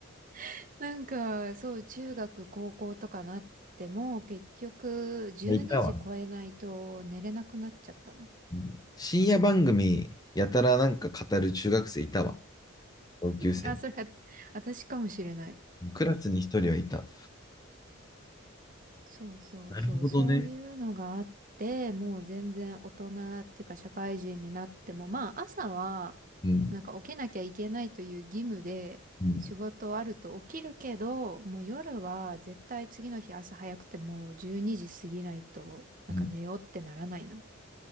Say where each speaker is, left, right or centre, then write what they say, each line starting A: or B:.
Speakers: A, on the right; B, on the left.
A: <laughs> なんかそう、中学、高校とかなっても、結局12時超えないと寝れなくなっちゃったの。
B: んいたわ。うん深夜番組、やたらなんか語る中学生いたわ。同級生に。
A: あ、それ私かもしれない。
B: クラスに一人はいた。
A: そうそうそう、
B: なるほどね。
A: そういうのがあって、もう全然大人っていうか社会人になっても、まあ朝は
B: うん。
A: なんか起きなきゃいけないという義務で仕事あると起きるけど、
B: うん。
A: もう夜は絶対次の日朝早くてもう12時過ぎないとなんか寝ようってならないな。
B: うん。